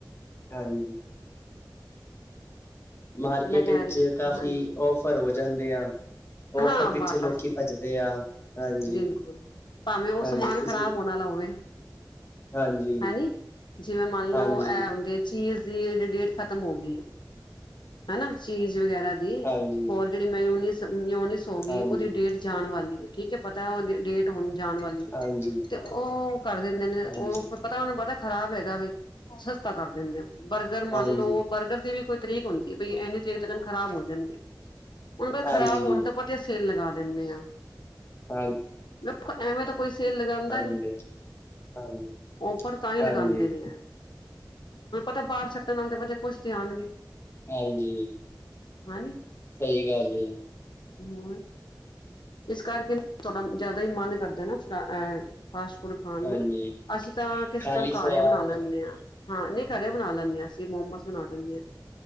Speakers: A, on the left; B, on the left.
A: ਹਾਂਜੀ। ਮਾਰਕੀਟ
B: ਮੈਂ ਕਹਿ
A: ਵਿੱਚ
B: ਰਹੀ
A: ਕਾਫੀ
B: ਹਾਂਜੀ
A: ਔਫਰ ਹੋ ਜਾਂਦੇ ਆ। ਔਫਰ
B: ਹਾਂ।
A: ਪਿੱਛੇ
B: ਬਸ,
A: ਲੋਕੀ ਭੱਜਦੇ ਆ ਹਾਂਜੀ,
B: ਬਿਲਕੁਲ। ਭਾਵੇਂ ਉਹ
A: ਹਾਂਜੀ
B: ਸਮਾਨ
A: ਤੁਸੀਂ
B: ਖ਼ਰਾਬ ਹੋਣਾ ਵਾਲਾ ਹੋਵੇ।
A: ਹਾਂਜੀ,
B: ਹੈਨੀ। ਜਿਵੇਂ ਮੰਨ ਲਓ,
A: ਹਾਂਜੀ,
B: ਇਹ ਹਦੇ ਚੀਜ਼ ਦੀ ਡੇਟ ਖਤਮ ਹੋ ਗਈ ਹੈ। ਹਨਾ। ਚੀਜ਼ ਵਗੈਰਾ ਦੀ,
A: ਹਾਂਜੀ,
B: ਹੋਰ ਜਿਹੜੀ ਮਿਓਨਿਸ ਹੋ ਗਈ
A: ਹਾਂਜੀ,
B: ਉਹਦੀ ਡੇਟ ਜਾਣ ਵਾਲੀ ਹੈ ਠੀਕ ਹੈ ਪਤਾ ਉਹ ਡੇਟ ਜਾਣ ਵਾਲੀ
A: ਹਾਂਜੀ।
B: ਤੇ ਉਹ ਕਰ ਦਿੰਦੇ ਨੇ
A: ਹਾਂਜੀ,
B: ਉਹ ਪਤਾ ਉਹਨੂੰ ਪਤਾ ਖ਼ਰਾਬ ਹੈਗਾ ਵੀ ਸਸਤਾ ਕਰ ਦਿੰਦੇ ਆ ਬਰਗਰ ਮੰਨ
A: ਹਾਂਜੀ,
B: ਲਓ ਬਰਗਰ ਦੀ ਵੀ ਕੋਈ ਤਰੀਕ ਹੁੰਦੀ ਪੀ ਇਹਨੇ ਚ ਖਰਾਬ ਹੋ ਜਾਂਦੀ ਹਣ ਖਰਾਬ
A: ਹਾਂਜੀ,
B: ਹੋਣ ਤਾਂ ਤੇ ਸੇਲ ਲਗਾ ਦਿੰਦੇ ਹਾਂ
A: ਹਾਂਜੀ
B: ਲੋਕ ਐਵੇਂ ਤਾਂ ਕੋਈ ਸੇਲ ਲਗਾਉਂਦਾ
A: ਆ ਦਿੰਦੇ
B: ਨੀ।
A: ਆ ਹਾਂਜੀ,
B: ਓਫਰ ਤਾਂ ਹੀ
A: ਹਾਂਜੀ,
B: ਲਗਾਉਂਦੇ ਨੇ ਹੈ ਤੇ ਬਾਹਰ ਛੱਡਣ ਆਉਂਦੇ ਕੁਝ ਤੇ ਆਉਣ ਗੇ
A: ਹਾਂਜੀ।
B: ਹਾਂਜੀ।
A: ਸਹੀ ਗੱਲ ਹੈ।
B: ਹਮ ਇਸ ਕਰਕੇ ਥੋੜ੍ਹਾ ਜ਼ਿਆਦਾ ਹੀ ਮਨ ਕਰਦਾ ਨਾ ਐ। ਫਾਸਟ ਫੂਡ ਖਾਣ
A: ਹਾਂਜੀ
B: ਨੂੰ। ਅਸੀਂ ਤਾਂ ਕਿਸੇ
A: ਖਾਲੀ
B: ਟਾਈਮ ਘਰ
A: ਸਵਾਦ
B: ਹੀ ਬਣਾ
A: ਏ
B: ਲੈਂਦੇ ਹਾਂ। ਹਾਂ। ਨਹੀਂ ਘਰੇ ਬਣਾ ਲੈਂਦੇ ਹਾਂ ਅਸੀਂ ਮੋਮੋਸ ਬਣਾ ਲੈਂਦੇ ਹਾਂ।